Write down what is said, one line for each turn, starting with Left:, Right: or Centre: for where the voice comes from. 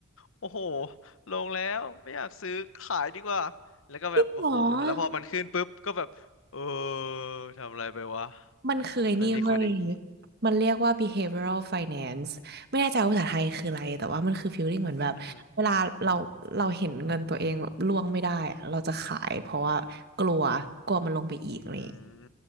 Left: โอ้โหลงแล้วไม่อยากซื้อขายดีกว่า แล้วก็แบบโอ้โหแล้วพอมันขึ้นปุ๊บก็แบบเออ
Right: หรอ
Left: ทำอะไรไปวะ
Right: มันเคยนี่เว้ย
Left: มันมีคนอย่างนี้
Right: มันเรียกว่า behavioral finance ไม่แน่ใจว่าภาษาไทยคืออะไร แต่ว่ามันคือ feeling เหมือนแบบเวลาเราเราเห็นเงินตัวเองแบบร่วงไม่ได้อะเราจะขายเพราะว่ากลัวกลัวมันลงไปอีกอะไรอย่างเลย
Left: อือหืออืม